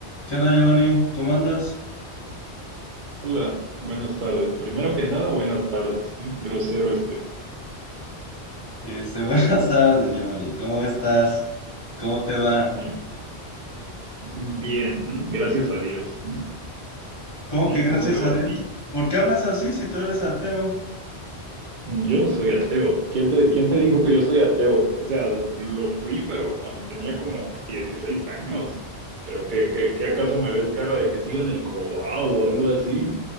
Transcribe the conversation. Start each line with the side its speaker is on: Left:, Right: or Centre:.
Left: ¿Qué onda, Giovanni? ¿Cómo andas?
Right: Hola, buenas tardes. Primero que nada, buenas tardes. ¿eh? Grosero este.
Left: Este, <laughs> buenas tardes, Giovanni. ¿Cómo estás? ¿Cómo te va?
Right: Eh, bien, ¿m? gracias a Dios. ¿m?
Left: ¿Cómo
Right: ¿Eh?
Left: que gracias
Right: ¿Cómo te va
Left: a Dios?
Right: a ti?
Left: ¿Por qué hablas así si tú eres ateo?
Right: Yo no soy ateo. ¿Quién te, quién te dijo que yo soy ateo? O sea, lo fui, pero cuando tenía como 16 años. ¿Pero qué, qué, qué acaso me ves cara de que sigo en el cobao o algo así?